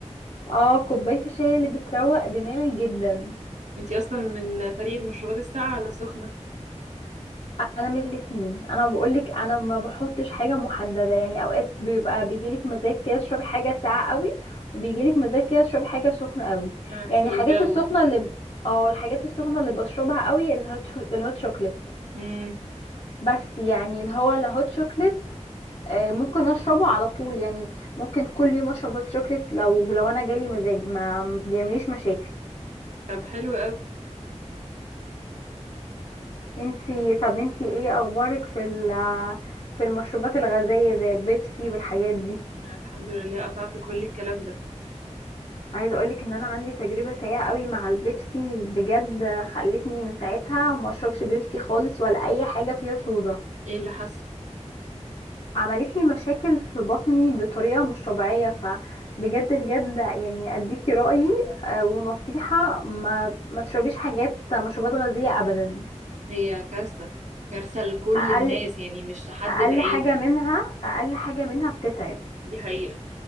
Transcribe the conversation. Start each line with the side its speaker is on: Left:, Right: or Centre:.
Left: اه كوباية الشاي اللي بتروق دماغي جدا
Right: <laughs> انتي اصلا من فريق المشروبات الساقعة ولا السخنة
Left: انا من الاتنين انا بقولك انا ما بحطش حاجه محدده يعني اوقات بيبقى بيجيلك مزاج كده تشربي حاجه ساقعه قوي وبيجيلك مزاج كده تشربي حاجه سخنه قوي
Right: على حسب
Left: يعني الحاجات
Right: الجو
Left: السخنه اللي ب- اه الحاجات السخنه اللي بشربها قوي الهوت شو- الهوت شوكليت
Right: امم
Left: بس يعني اللي هو الهوت شوكليت آه، ممكن اشربه على طول يعني ممكن كل يوم اشرب هوت شوكليت لو لو انا جالي مزاج ما ما بيعمليش مشاكل
Right: طب حلو قوي
Left: انتي طب انتي ايه اخبارك في ال- في المشروبات الغازيه زي البيبسي والحاجات دي
Right: أنا الحمد لله قطعت كل الكلام ده
Left: عايزه اقولك ان انا عندي تجربه سيئه قوي مع البيبسي بجد خلتني من ساعتها ما اشربش بيبسي خالص ولا اي حاجه فيها صودا
Right: ايه اللي حصل
Left: عملت لي مشاكل في بطني بطريقه مش طبيعيه فبجد بجد يعني اديكي رايي آه، ونصيحه ما ما تشربيش حاجات مشروبات غازيه ابدا
Right: هي كارثة كارثة لكل
Left: اقل
Right: الناس يعني مش لحد
Left: اقل
Right: بعينه
Left: حاجه منها اقل حاجه منها بتتعب
Right: دي حقيقة